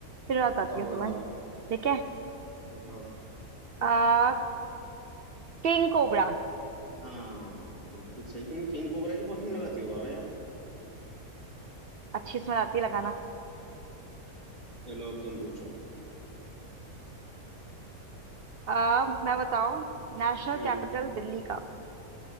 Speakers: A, on the right; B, on the right.
A: फिर बताती
B: बताओ
A: हूँ
B: बताओ
A: तुम्हें ठीक है
B: बताओ
A: आ किंग कोबरा
B: हाँ बिल्कुल सही तुमने किंग कोबरा की परफ्यूम लगाती हो बाबा यार
A: अच्छी स्मेल आती है लगाना
B: चलो अब तुम पूछो
A: आ मैं बताओ नेशनल
B: हम्म
A: कैपिटल दिल्ली का